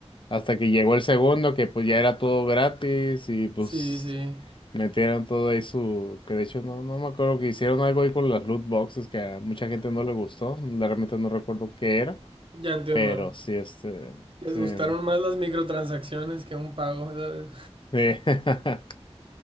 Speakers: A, on the left; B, on the right.
A: hasta que llegó el segundo, que pues ya era todo gratis y pues
B: Sí, sí,
A: metieron todo ahí su, que de hecho no, no me acuerdo que hicieron algo ahí con las loot boxes que a mucha gente no le gustó, realmente no recuerdo qué era.
B: ya entiendo.
A: Pero sí, este,
B: Les
A: sí,
B: gustaron
A: ¿no?
B: más las microtransacciones que un pago, ¿sabes?
A: Sí. <laughs>